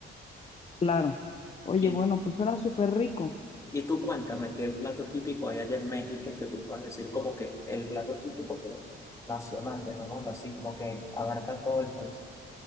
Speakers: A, on the left; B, on the left.
A: Claro. Oye,
B: y
A: bueno, pues suena súper rico.
B: Y tú cuéntame qué plato típico hay allá en México que tú puedas decir como que el plato típico, pero nacional, llamémoslo así, como que abarca todo el país.